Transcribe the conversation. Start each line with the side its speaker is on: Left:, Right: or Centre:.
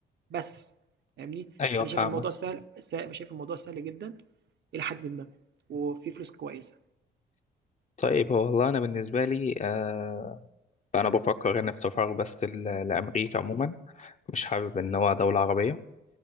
Right: بس فاهمني؟
Left: ايوه
Right: فأنا
Left: فاهمك
Right: شايف الموضوع سهل س شايف الموضوع سهل جدًا إلى حدٍ ما، وفيه فلوس كويسة.
Left: طيب هو والله انا بالنسبه لي آه انا بفكر ان التفرغ بس ل- لامريكا عموما مش حابب ان هو دوله عربيه